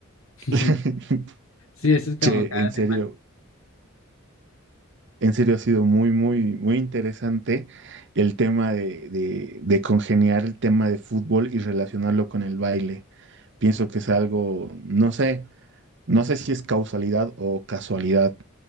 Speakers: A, on the left; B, on the right.
A: <laughs>
B: <laughs>
A: Sí, eso es como
B: Che,
A: cada
B: en serio.
A: semana.
B: En serio, ha sido muy, muy, muy interesante el tema de, de, de congeniar el tema de fútbol y relacionarlo con el baile. Pienso que es algo, no sé, no sé si es causalidad o casualidad.